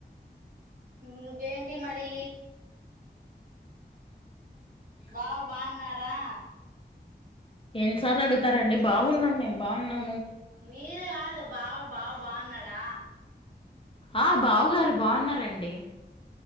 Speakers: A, on the right; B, on the left.
A: ఇంకేంటి మరి బావ బాన్నారా
B: ఎన్ని సార్లు అడుగుతారండి బాగున్నాం మేం బాగున్నాం
A: మీరు కాదు బావ బావ బాగున్నాడా
B: ఆ బావగారు బాగున్నారండి